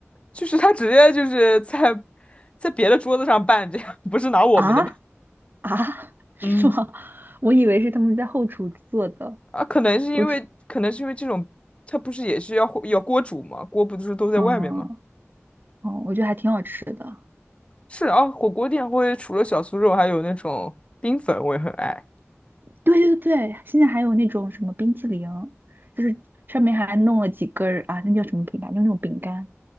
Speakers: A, on the left; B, on the right.
A: 就是他直接就是在在别的桌子上拌这样，不是拿我们的吧？
B: 啊啊，<laughs> 是吗？
A: 嗯，
B: 我以为是他们在后厨做的，
A: 啊，可能是因为可能是因为这种，
B: 我只
A: 它不是也是要火要锅煮吗？锅不是都在外面吗？
B: 嗯哦，我觉得还挺好吃的。
A: 是啊，火锅店会除了小酥肉，还有那种冰粉，我也很爱。
B: 对对对，现在还有那种什么冰淇淋，就是上面还弄了几根儿啊，那叫什么饼干？就那种饼干，